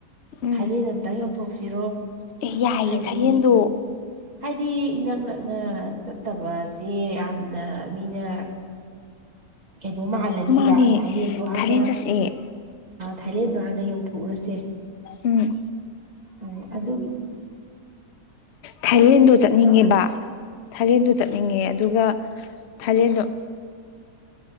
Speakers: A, on the left; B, on the right.
A: ꯎꯝ
B: ꯊꯥꯏꯂꯦꯟ ꯑꯝꯇ ꯌꯧꯊꯣꯛꯁꯤꯔꯣ
A: ꯑꯦ ꯌꯥꯏꯌꯦ
B: ꯍꯥꯏꯗꯤ
A: ꯊꯥꯢꯂꯦꯟꯗꯣ
B: ꯍꯥꯏꯗꯤ ꯏꯅꯛ ꯅꯛꯅ ꯆꯠꯇꯕꯁꯦ ꯌꯥꯝ ꯅ ꯃꯤꯅ ꯀꯩꯅꯣ ꯃꯥꯜꯂꯅꯤꯕ
A: ꯃꯥꯅꯦ
B: ꯊꯥꯏꯂꯦꯟꯗꯣ
A: ꯊꯥꯏꯂꯦꯟ
B: ꯍꯥꯟꯅ
A: ꯆꯠꯁꯦ
B: ꯊꯥꯏꯂꯦꯟꯗꯣ ꯍꯥꯟꯅ ꯌꯧꯊꯣꯛꯎꯔꯁꯦ
A: ꯎꯝ
B: ꯎꯝ ꯑꯗꯨꯒꯤ
A: ꯊꯥꯏꯂꯦꯟꯗꯣ ꯆꯠꯅꯤꯡꯉꯦꯕ ꯊꯥꯏꯂꯦꯟꯗꯣ ꯆꯠꯅꯤꯡꯉꯦ ꯑꯗꯨꯒ ꯊꯥꯢꯂꯦꯟꯗꯣ